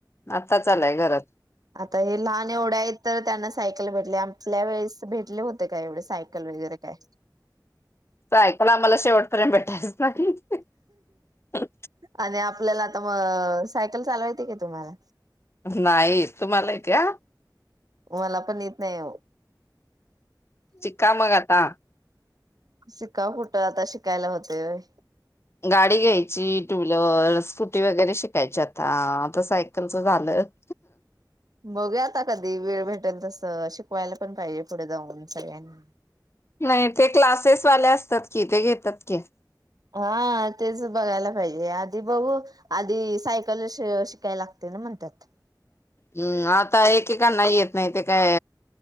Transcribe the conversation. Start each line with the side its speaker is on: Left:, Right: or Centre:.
Left: आत्ताच आलाय घरांत.
Right: आता हे लहान एवढं आहेत तर त्यांना सायकल भेटले आपल्या वेळेस भेटले होते. का एवढे सायकल वगैरे काय
Left: काय? त्याला आम्हाला शेवटपर्यंत भेटायचय. <inaudible>
Right: आणि आपल्याला आता मग सायकल चालवायला येते का तुम्हाला?
Left: नाही तुम्हाला येत्या?
Right: मला पण येत नाही.
Left: शिका मग आता!
Right: शिकाव कुठं आता शिकायला होतय होय.
Left: गाडी घ्यायची टू व्हीलर स्कुटी वगैरे शिकायची आता आता सायकलच झालं <inaudible>
Right: बघूया आता कधी वेळ भेटेल तसं शिकवायला पण पाहिजे पुढे जाऊन सगळ्यांना.
Left: नाही ते क्लासेसवाल्या अस ते घेतात की ते घेतात की.
Right: हा तेच बघायला पाहिजे आ आधी बघू आधी सायकल शी शिकायला लागतय ना म्हणत्यात.
Left: हम् आता एकेकांना येत नाही ते काय